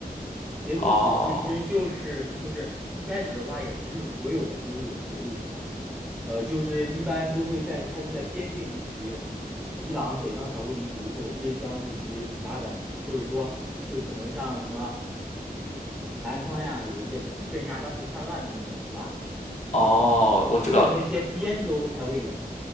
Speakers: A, in the centre; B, on the left.
A: 节度使其实就是就是一开始的话，
B: 哦
A: 也不是所有的都有节度使嘛，呃，就是一般都会在开始在边境地区抵挡北方少数民族或者边疆地区其他的，或者说就可能像什么南方呀，有一些可能镇压当地叛乱的那种，是吧？
B: 哦，
A: 呃，
B: 我知道，
A: 只有那些边州才会有，